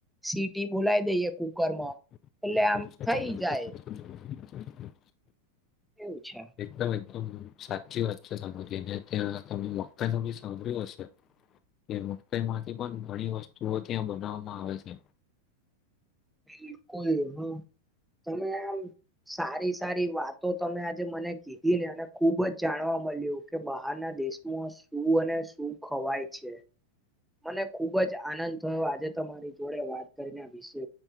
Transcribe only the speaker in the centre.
સીટી બોલાય દઈએ. કુકરમાં
એટલે આમ થઈ જાય એવું છે
એ કોઈ હ. તમે આમ સારી સારી વાતો તમે આજે મને કીધી ને અને ખુબ જ જાણવા મળ્યું કે બહારના દેશમાં શું અને શું ખવાય છે. મને ખુબ જ આનંદ થયો આજે તમારી જોડે વાત કરીને વિશે